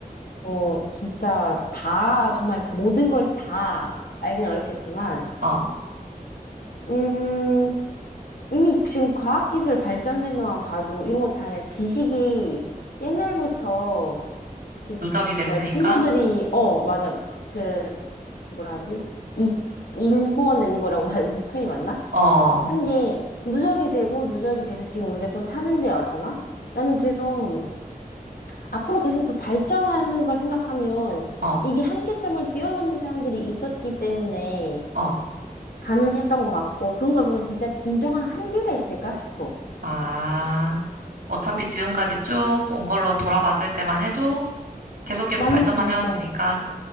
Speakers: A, on the left; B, on the right.
A: 뭐, 진짜 다, 정말 모든 걸 다 알기는 어렵겠지만,
B: 어,
A: 음, 이미 지금 과학기술 발전된 것만 봐도 이런 거 다 그냥 지식이 옛날부터, 이렇게
B: 누적이 됐으니까,
A: 뭐, 선조들이, 어, 맞아. 그, 뭐라 하지? 이, 일궈낸 거라고 해야 <laughs> 표현이 맞나?
B: 어, 어,
A: 한 게 누적이 되고 누적이 돼서 지금 우리가 또 사는 데 왔잖아? 나는 그래서 앞으로 계속 더 발전하는 걸 생각하면
B: 어,
A: 이게 한계점을 뛰어넘는 사람들이 있었기 때문에
B: 어,
A: 가능했던 것 같고 그런 걸 보면 진짜 진정한 한계가 있을까 싶어.
B: 아. 어차피 지금까지 쭉 온 걸로 돌아봤을 때만 해도 계속 계속
A: 많은
B: 발전만
A: 발전.
B: 해왔으니까,